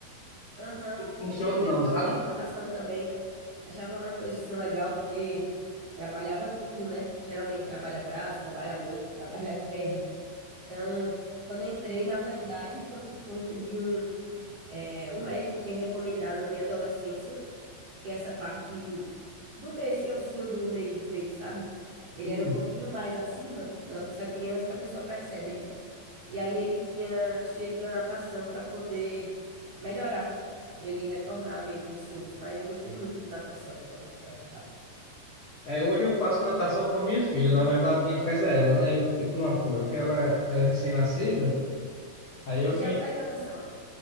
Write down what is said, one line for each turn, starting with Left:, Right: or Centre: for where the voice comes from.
Right: aham.
Left: funciona
Right: Teve o
Left: não,
Right: tempo que
Left: sabe?
Right: eu fiz natação também. Achava uma coisa assim legal, porque trabalhava tudo, né? Geralmente trabalha braço, trabalha mente, <laughs> trabalha perna. Então, quando eu entrei, na verdade, foi por conta de um, é, um médico tinha recomendado na minha adolescência Porque essa parte do meio, esse ossinho do meio do peito, sabe? Ele
Left: Hum,
Right: era um pouquinho mais acima, quando a pessoa é criança, que a pessoa percebe, né? E aí ele tinha sugerido a natação para poder melhorar, para ele retornar meio que esse osso. Mas eu gostei muito de natação quando praticava.
Left: É, hoje eu faço natação com a minha filha. Na verdade, quem faz é ela, né? Eu fico no apoio, porque ela é recém-nascida. Aí eu
Right: E
Left: quem
Right: já faz natação